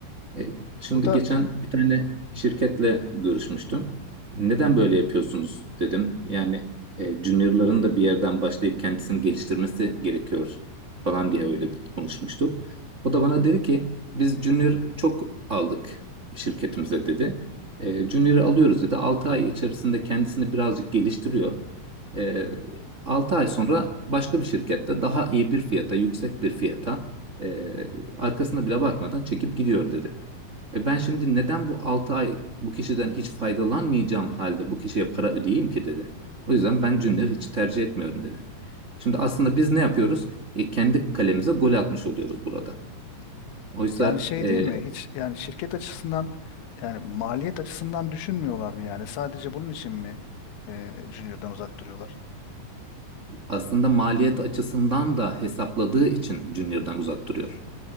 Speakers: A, on the right; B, on the left.
A: E, Şimdi
B: burada
A: geçen bir tane şirketle görüşmüştüm. Neden böyle yapıyorsunuz dedim. Yani e, juniorların da bir yerden başlayıp kendisini geliştirmesi gerekiyor falan diye öyle bir konuşmuştuk. O da bana dedi ki biz junior çok aldık şirketimize dedi. E, junior'ı alıyoruz dedi. 6 ay içerisinde kendisini birazcık geliştiriyor. E, 6 ay sonra başka bir şirkette daha iyi bir fiyata, yüksek bir fiyata e, arkasına bile bakmadan çekip gidiyor dedi. E ben şimdi neden bu 6 ay bu kişiden hiç faydalanmayacağım halde bu kişiye para ödeyeyim ki dedi. O yüzden ben
B: Hı.
A: Junior'ı hiç tercih etmiyorum dedi. Şimdi aslında biz ne yapıyoruz? E, kendi kalemize gol atmış oluyoruz burada. Oysa
B: Yani şey
A: e,
B: değil mi? Hiç yani şirket açısından yani maliyet açısından düşünmüyorlar mı yani? Sadece bunun için mi e, Junior'dan uzak duruyorlar?
A: aslında maliyet açısından da hesapladığı için Junior'dan uzak duruyor.